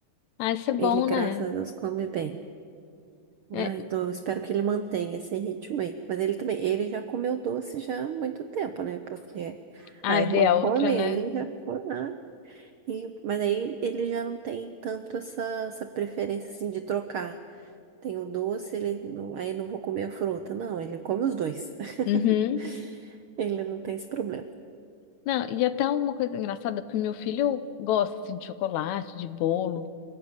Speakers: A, on the left (about 75°); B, on the right (about 75°).
A: Ah, isso é bom,
B: Ele, graças
A: né?
B: a Deus, come bem.
A: É...
B: Ai, então eu espero que ele mantenha esse ritmo aí. Mas ele também, ele já comeu doce já há muito tempo, né? Porque
A: Ah,
B: a
A: ver
B: irmã
A: a
B: come,
A: outra, né?
B: ele já foi. ah, e, mas aí ele já não tem tanto essa, essa preferência assim de trocar. Tem o doce, ele não, aí não vou comer a fruta. Não, ele come os dois. <laughs>
A: Uhum.
B: Ele não tem esse problema.
A: Não, e até uma coisa engraçada, porque meu filho gosta assim, de chocolate, de bolo.